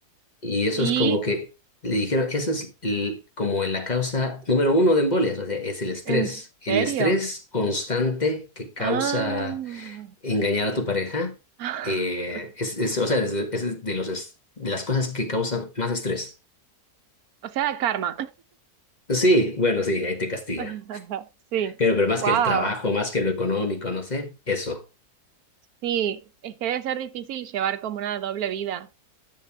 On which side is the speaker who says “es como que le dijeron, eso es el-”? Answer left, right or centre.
Left